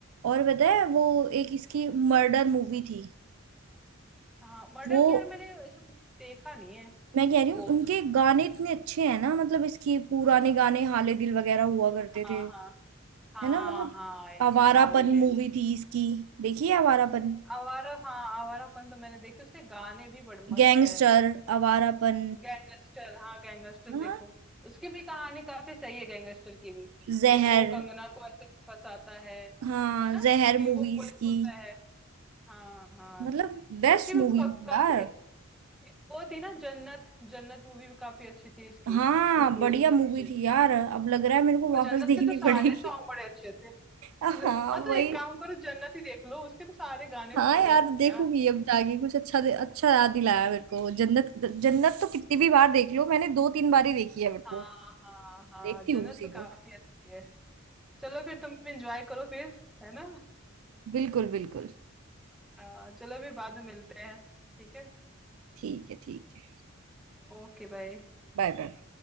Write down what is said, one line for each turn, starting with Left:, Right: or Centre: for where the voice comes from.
Right: और पता है वो एक इसकी मर्डर मूवी थी
Centre: हाँ मर्डर
Right: वो
Centre: की यार मैंने ऐसे मतलब देखा नहीं है
Right: मैं कह
Centre: उसको
Right: रही हूँ उनके गाने इतने अच्छे हैं ना मतलब इसकी पुराने गाने हाले दिल वगैरह हुआ करते
Centre: हाँ
Right: थे
Centre: हाँ हाँ
Right: है ना मतलब
Centre: हाँ यार
Right: आवारापन
Centre: हाल ए दिल
Right: मूवी थी इसकी देखिए आवारापन
Centre: आवारा हाँ आवारापन तो मैंने देखी उसके गाने भी बड़े मस्त
Right: गैंगस्टर
Centre: है
Right: आवारापन
Centre: गैंगस्टर हाँ गैंगस्टर
Right: हाँ
Centre: देखो उसकी भी कहानी काफी सही है गैंगस्टर की भी
Right: जहर
Centre: जिसको वो कंगना को ऐसे फंसाता है
Right: हाँ
Centre: है ना
Right: जहर
Centre: कि
Right: मूवीज
Centre: वो पुलिस
Right: की
Centre: होता है हाँ हाँ
Right: मतलब बेस्ट
Centre: इसकी भी
Right: मूवी
Centre: का, काफी
Right: यार
Centre: एक, एक वो थी ना जन्नत जन्नत मूवी भी काफी अच्छी थी इसकी
Right: हाँ
Centre: उसकी स्टोरी
Right: बढ़िया
Centre: भी
Right: मूवी
Centre: काफी अच्छी
Right: थी यार
Centre: थी
Right: अब लग रहा है मेरे को
Centre: और
Right: वापस
Centre: जन्नत
Right: देखनी
Centre: के तो सारे
Right: पड़ेगी
Centre: सॉन्ग बड़े अच्छे थे
Right: <laughs> हाँ
Centre: हाँ तो
Right: वही
Centre: एक काम करो जन्नत ही देख लो उसके तो सारे गाने
Right: हाँ
Centre: भी बड़े
Right: यार
Centre: मस्त
Right: देखूंगी
Centre: थे यार
Right: अब जाके कुछ अच्छा दे, अच्छा याद दिलाया मेरे को जन्नत जन्नत तो कितनी भी बार देख लो मैंने दो तीन बार ही देखी है
Centre: हाँ
Right: मेरे को
Centre: हाँ हाँ
Right: देखती
Centre: जन्नत
Right: हूँ उसी
Centre: तो काफी
Right: को
Centre: अच्छी है चलो फिर तुम एंजॉय करो फिर है ना
Right: बिल्कुल बिल्कुल
Centre: आ, चलो फिर बाद में मिलते हैं ठीक है
Right: ठीक है ठीक है
Centre: ओके बाय
Right: Bye bye